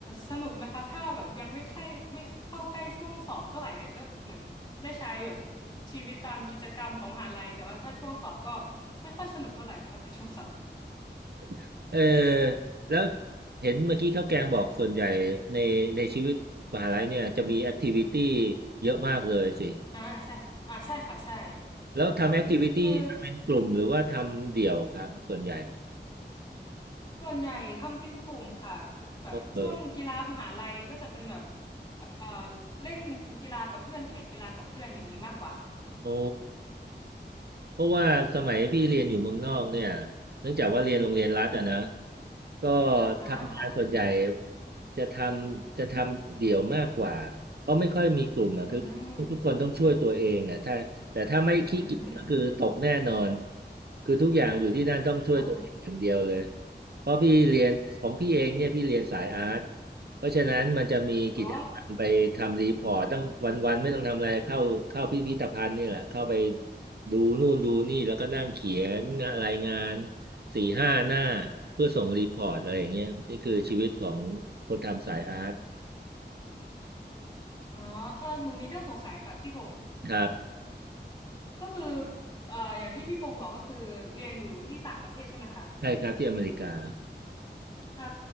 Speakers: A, on the left; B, on the right.
A: สนุกนะคะถ้าแบบยังไม่ใกล้ไม่เข้าใกล้ช่วงสอบเท่าไหร่เนี่ยก็เหมือนได้ใช้แบบชีวิตตามกิจกรรมของมหาลัยแต่ว่าถ้าช่วงสอบก็ไม่ค่อยสนุกเท่าไหร่ค่ะถ้าเป็นช่วงสอบ
B: <laughs> เออแล้วเห็นเมื่อกี้ข้าวแกงบอกส่วนใหญ่ในในชีวิตมหาลัยเนี่ยจะมีแอคทิวิตี้เยอะมากเลยสิ
A: อ่าใช่อ่าใช่ค่ะใช่
B: แล้วทำแอคทิวิตี้เป็นกลุ่มหรือว่าทำเดี่ยวครับส่วนใหญ่
A: คือ ส่วนใหญ่ทำเป็นกลุ่มค่ะแบบช่วงกีฬามหาลัยก็จะเป็นแบบ
B: โอ้เออ
A: เอ่อเล่นกีฬากับเพื่อนแข่งกีฬากับเพื่อนอย่างนี้มากกว่าค่ะ
B: โอ้ เพราะว่าสมัยพี่เรียนอยู่เมืองนอกเนี่ยเนื่องจากว่าเรียนโรงเรียนรัฐอะนะก็
A: อ่าค่ะ
B: ทำงานส่วนใหญ่จะทำจะทำเดี่ยวมากกว่าก็ไม่ค่อยมีกลุ่มอะคือ
A: อืม
B: ทุกคนต้องช่วยตัวเองอะถ้าแต่ถ้าไม่ขี้เกียจก็คือตกแน่นอน
A: อืม
B: คือทุกอย่างอยู่ที่นั่นต้องช่วยตัวเองอย่างเดียวเลย
A: อ๋อ
B: เพราะพี่เรียนของพี่เองเนี่ยพี่เรียนสายอาร์ตเพราะฉะนั้นมันจะมีกิจกรรมไปทำรีพอร์ตตั้งวันๆไม่ต้องทำอะไรเข้าเข้าพิพิธภัณฑ์นี่แหละเข้าไป
A: อ๋อ
B: ดูนู่นดูนี่แล้วก็นั่งเขียนรายงานสี่ห้าหน้าเพื่อส่งรีพอร์ตอะไรอย่างเงี้ยนี่คือชีวิตของคนทำสายอาร์ต
A: อ๋อเออหนูมีเรื่องสงสัยค่ะพี่พงศ์
B: ครับ
A: ก็คือเอ่ออย่างที่พี่พงศ์บอกก็คือเรียนอยู่ที่ต่างประเทศใช่ไหมคะ
B: ใช่ครับที่อเมริกา
A: เอ่อ